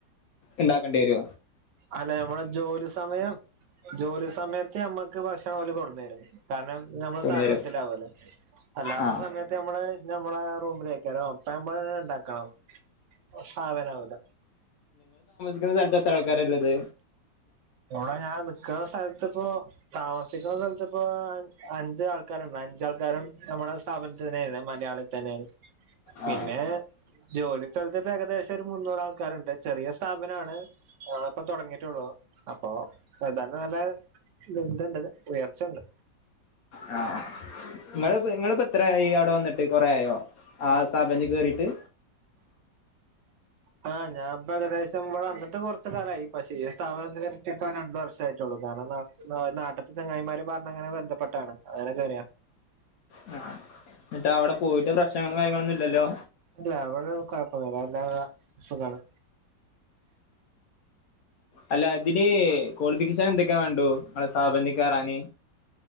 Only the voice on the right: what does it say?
അലെ നമ്മളെ ജോലി സമയം ജോലി സമയത്ത് നമ്മക്ക് ഭക്ഷണം ഓല് കൊടുന്നരും കാരണം നമ്മൾ
സ്ഥാപനത്തിലാവോലൊ
അല്ലാത്ത
സമയം നമ്മള് നമ്മളെ റൂമിൽ വക്കാലോ അപ്പ നമ്മള് ണ്ടാകും സാവനാവൂല്ല
ഉടെ ഞാൻ നിക്ക്ണ സ്ഥലത്ത് ഇപ്പോൊ താമസിക്കുന്ന സ്ഥലത്ത് പ്പോ അഞ്ച് ആൾക്കാരുണ്ട് അഞ്ച് ആൾക്കാരും നമ്മുടെ സ്ഥാപനത്തി തന്നെയാണ് മലയാളി തന്നെയാണ് പിന്നെ
ജോലി സ്ഥലത്ത്പ്പ ഏകദേശം ഒരു മുന്നൂറ് ആൾക്കാരുണ്ട് ചെറിയ സ്ഥാപനാണ് ആ ളപ്പൊ തൊടങ്ങിട്ടൊള്ളൂ അപ്പൊഏതാനും നല്ല ലിണ്ടണ്ട്ഉയർച്ചുണ്ട്
ഹാ ഞൻ ഇപ്പ ഏകദേശം ഇവിടെ വന്നിട്ട് കുറച്ച് കാലമായി പക്ഷേ ഇ താപനത്തിലാരൊക്കെ പ്പൊരണ്ട് വർഷായിട്ടൊള്ളൂ നാട്ട്ത്തെ തെങ്ങായിമാര് പറഞ്ഞ അങ്ങനെ ബന്ധപ്പെട്ടാണ് അങ്ങനെ കേറിയ
ഇല്ല ഇവടെ കൊഴപ്പന്നൂല്ലാ സുഖാണ്